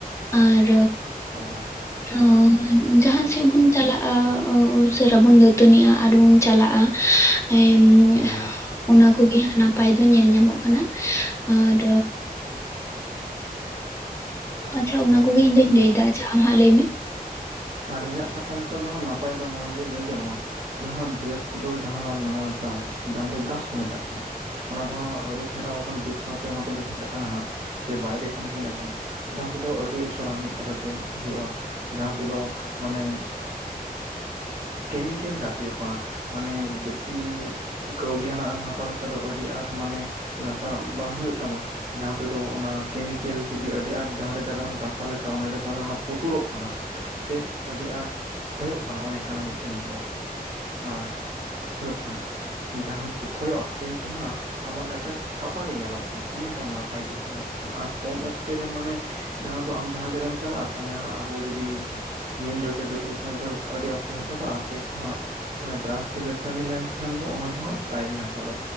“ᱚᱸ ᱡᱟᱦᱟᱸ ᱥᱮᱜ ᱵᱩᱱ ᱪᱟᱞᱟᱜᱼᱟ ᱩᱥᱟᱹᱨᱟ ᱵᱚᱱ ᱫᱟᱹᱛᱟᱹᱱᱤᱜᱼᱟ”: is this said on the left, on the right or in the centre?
Left